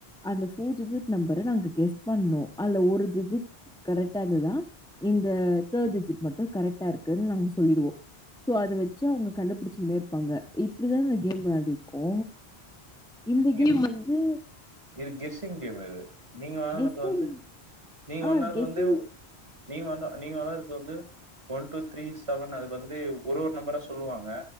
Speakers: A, in the centre; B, on the right (about 30°).
A: அந்த ஃபோ டிஜிட் நெம்பர நாங்க கெஸ் பண்ணு. அல்ல ஒரு டிஜிட் கரெக்ட்டா இர்ந்துதுனா இந்த தேட் டிஜிட் மட்டு கரெக்ட்டா இருக்குன் நாங்க சொல்லிடுவோ. சோ அத வெச்சு அவுங்க கண்டுபுடிச்சு நேர் ப்பாங்க இப்பிடிதா இந்த கேம் வெளாடிர்க்கோ இந்த கேம்
B: இது
A: வந்து
B: இது கெஸ்ஸிங் கேமு இது நீங்க வெளானது
A: கெஸ்ஸிங்
B: வந்து நீங்க
A: ஆ
B: வந்து அது
A: கெஸ்ஸிங்
B: வந்து ஒ நீங்க வந்தா நீங்க வெளாறது வந்து ஒன் டூ த்ரீ செவன் அது வந்து ஒரு ஒரு நெம்பரா சொல்லுவாங்க.